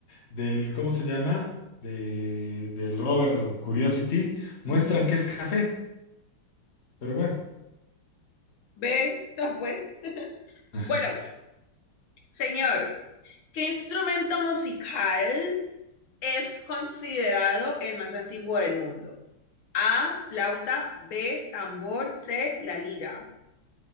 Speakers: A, on the left; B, on the left.
A: del, ¿cómo se llama? De- del rover Curiosity muestran
B: Ujú.
A: que es café, pero bueno,
B: Ve, no, pues.
A: <laughs>
B: Bueno, señor, ¿qué instrumento musical es considerado el más antiguo del mundo? A, flauta, B, tambor, C, la lira.